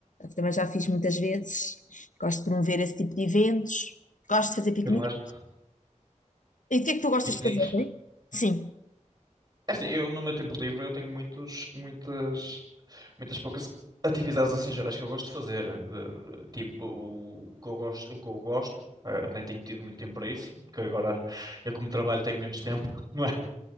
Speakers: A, on the left (about 70°); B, on the right (about 30°).
A: Também já fiz muitas vezes. Gosto de promover esse tipo de eventos. Gosto de fazer piquenique.
B: eu não acho
A: E o que é que tu gostas
B: piqueniques.
A: de fazer, Rui? Sim.
B: É Assim, eu no meu tempo livre eu tenho muitos, muitas, muitas poucas atividades assim gerais que eu gosto de fazer. De- de- Tipo, o, o que eu gosto, o que eu gosto, eh, nem tenho tido muito tempo para isso, porque agora eu como trabalho tenho menos tempo, <laughs> não é?